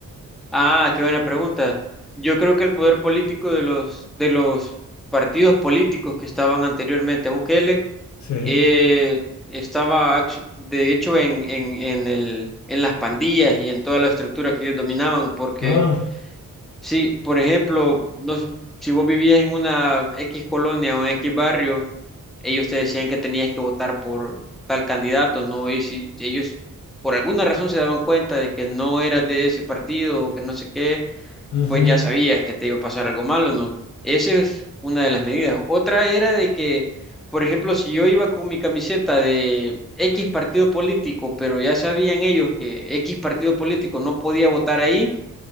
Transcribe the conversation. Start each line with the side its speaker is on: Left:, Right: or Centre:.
Centre: Ah, qué buena pregunta. Yo creo que el poder político de los, de los partidos políticos que estaban anteriormente a Bukele
Left: Sí.
Centre: eh, estaba, actu- de hecho, en, en, en el, en las pandillas y en toda la estructura que ellos dominaban, porque
Left: Ah,
Centre: si, por ejemplo, no, s- si vos vivías en una X colonia o en X barrio, ellos te decían que tenías que votar por tal candidato, ¿no? Y si ellos por alguna razón se daban cuenta de que no eras de ese partido o que no sé qué
Left: ujú.
Centre: pues ya sabías que te iba a pasar algo malo, ¿no? Esa es una de las medidas. Otra era de que, por ejemplo, si yo iba con mi camiseta de X partido político, pero ya sabían ellos que X partido político no podía votar ahí,